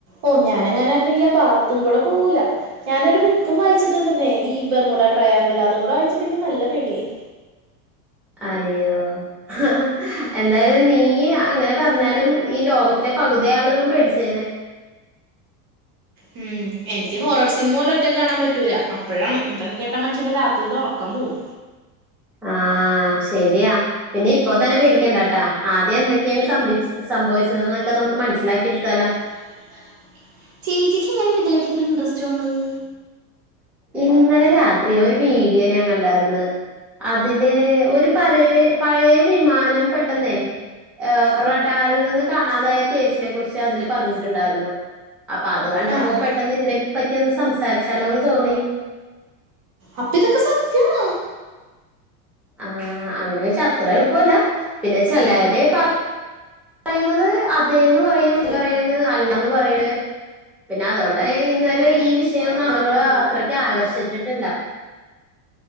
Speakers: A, on the right; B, in the centre.
A: ഓ ഞാൻ അങ്ങാനായിരുന്നെങ്കി ആ ഭാഗത്തും കൂടെ പോവൂല്ല ഞാനൊരു ബുക്കും വായിച്ചിട്ടുണ്ട് ന്നേ ഈ ബെർമൂടാ ട്രയാംഗിൾൻ്റെ അതും കൂടെ വായിചിട്ട് ൻക്യ് നല്ല പേടിയായി
B: അയ്യോ ഹ് ഹ് എന്തായാലും നീ അങ്ങനെ പറഞ്ഞാലും ഈ ലോകത്തിലെ പകുതി ആളുകളും പേടിച്ചേനെ
A: മം എനിക്ക് ഹോറർ സിനിമ പോലും ഒറ്റക്കാണാൻ പറ്റൂല അപ്പൊഴാണ് ഇത് കേട്ട മനഷ്യന്റെ രാത്രിത്തെ ഒറക്കം പോകും
B: ആ ശരിയാ പിന്നെ ഇപ്പൊ തന്നെ പേടി ക്കണ്ടാട്ടാ ആദ്യം എന്തൊക്കെയാണ് സംഭിച് സംഭവിച്ചത് എന്നൊക്കെ നമുക്ക് മനസ്സിലാക്കി എടുത്താലാ
A: ണ്ടാകിട്ത്താലാ ചേച്ചിക്ക് എങ്ങനേണ് ഇതിലക്കെ ഇത്ര ഇൻട്രസ്റ്റ് വന്നത്
B: ഇന്നലെ രാത്രി ഒരു വീഡിയോ ഞാൻ കണ്ടാർന്ന് അതില് ഒരു പരേ പഴേ വിമാനം പെട്ടെന്നേ അ റഡാറിൽ നിന്ന് കാണാതായ കേസിനെ കുറിച്ച് അതില് പറഞ്ഞിട്ടുണ്ടാർന്ന് അപ്പൊ അത് കണ്ടപ്പോ
A: അപ്പൊ
B: പെട്ടെന്ന് ഇതിനെ പ്പറ്റി ഒന്ന് സംസാരിച്ചാലോന്ന് തോന്നി
A: അപ്പിതൊക്കെ സത്യാണാ
B: ആ അങ്ങനെ ച്ചാ അത്ര എളുപ്പല്ല പിന്നെ ചെലര് പറ പറയുന്നത് അതേന്ന് പറയും ചെലൊര് പറയും അല്ലാന്ന് പറയണ് പിന്നെ അതോണ്ട് ഇന്ന് വരെ ഈ വിഷയംആളുകള് അത്രക്കെ ആകർഷിച്ചിട്ടില്ല